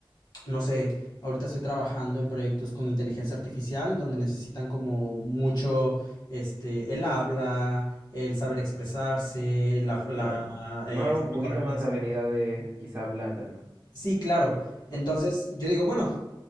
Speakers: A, on the left; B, on the right.
A: no sé, ahorita estoy trabajando en proyectos con inteligencia artificial donde necesitan como mucho, este, el habla, el saber expresarse, la, la
B: claro.
A: eh,
B: Más un
A: forma
B: poquito
A: correcta
B: más
A: de escribir.
B: de habilidades quizás blandas, ¿no?
A: Sí, claro. Entonces
B: Súper.
A: yo digo, bueno,